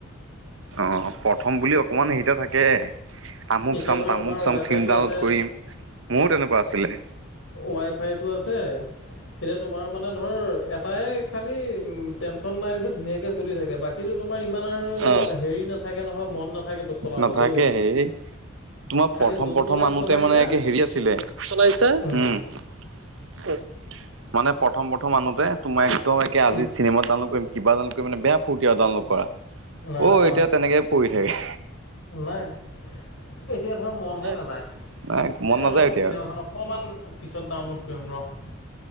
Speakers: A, on the right (about 65°); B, on the left (about 65°).
A: অ' প্ৰথম বুলি অকমান হেৰি এটা থাকে। তামুক
B: এতিয়া
A: চাম
B: ধৰ
A: তামুক
B: তোমাৰ
A: চাম,
B: ৱাই ফাইটো
A: ফিল্ম ডাউনলোড
B: আছে
A: কৰিম, মোৰো তেনেকুৱা আছিলে।
B: ৱাইফাইটো আছে, এতিয়া তোমাৰ মানে ধৰ এটাই খালি উ, টেনচন নাই যে ধুনীয়াকে চলি থাকে, বাকী তোমাৰ ইমান আৰু
A: অ
B: হেৰি না নাথাকে নহয়, মন নাথাকেতো চলাবলৈ।
A: নাথাকে এই তোমাৰ
B: খালি
A: প্ৰথম
B: যোনটো
A: প্ৰথম
B: টাইম
A: আনোতে
B: চলাইছা
A: মানে একে হেৰি আছিলে, চলাইছা,
B: উম
A: উম। মানে প্ৰথম প্ৰথম আনোতে তোমাৰ একদম একে আজি
B: উম
A: চিনেমা ডানলুদ কৰিম, কিবা জানো মানে বেয়া ফুুৰ্তি আৰু ডাউনলোড কৰা,
B: নাই
A: অ' এতিয়া
B: অঁ
A: তেনেকে পৰি থাকে।
B: নাই, এতিয়া ধৰ মনহে
A: নাই
B: নাযায়৷ এ,
A: নাই মন নাযায়
B: ৰ'
A: এতিয়া
B: চিনেমাখন
A: আৰু
B: অকমান পিছত ডাউনলোড কৰিম ৰ'৷